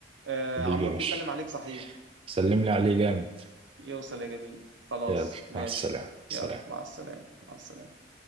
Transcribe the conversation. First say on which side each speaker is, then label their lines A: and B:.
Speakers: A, on the right; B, on the right.
A: آه
B: حبيبي
A: عمور
B: يا باشا
A: بيسلم عليك صحيح
B: سلم لي عليه جامد
A: يوصل يا جميل خلاص
B: يلا
A: ماشي
B: مع السلامة سلام
A: يلا مع السلامه مع السلامه